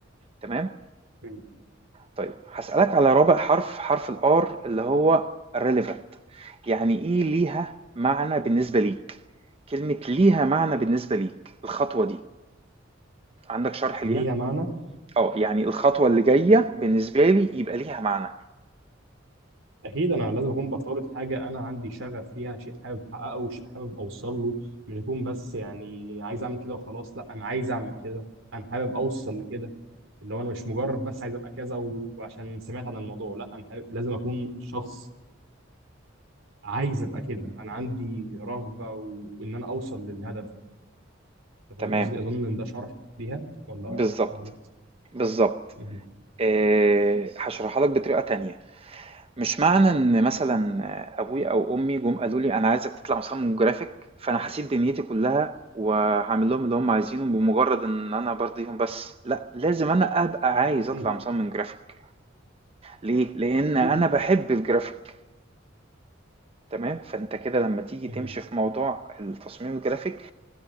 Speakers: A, on the right (about 30°); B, on the right (about 80°).
A: تمام
B: مهم.
A: طيب هاسألك على رابع حرف حرف الآر اللي هو relevant يعني إيه ليها معنى بالنسبة ليك كلمة ليها معنى بالنسبة ليك الخطوة دي عندك شرح
B: ليها
A: ليها؟
B: معنى
A: اه يعني الخطوة اللي جاية بالنسبة لي يبقى ليها معنى
B: اكيد انا لازم اكون بطارد حاجه انا عندي شغف ليها شيء حابب احققه شيء حابب اوصل له مش اكون بس يعني عايز اعمل كده وخلاص لا انا عايز اعمل كده انا حابب اوصل لكده اللي هو انا مش مجرد بس عايز ابقى كذا وعشان سمعت عن الموضوع لا انا حابب لازم اكون شخص عايز ابقى كده انا عندي رغبه وان انا اوصل للهدف ده انت
A: تمام
B: فاهم قصدي اظن ان ده شرح ليها ولا
A: بالظبط
B: غلط
A: بالظبط
B: مهم.
A: آه، هشرحها لك بطريقة تانية مش معنى إن مثلًا أبويا أو أمي جُم قالوا لي أنا عايزك تطلع مصمم جرافيك، فأنا هاسيب دنيتي كلّها وهاعمل لهم اللي هُم عايزينه بمجرد إن أنا بارضيهم بس، لأ، لازم أنا أبقى عايز أطلع
B: اكيد
A: مصمم جرافيك، ليه؟ لإن
B: اكيد
A: أنا باحب الجرافيك تمام، فأنت كده لمّا تيجي
B: مهم.
A: تمشي في موضوع التصميم الجرافيك،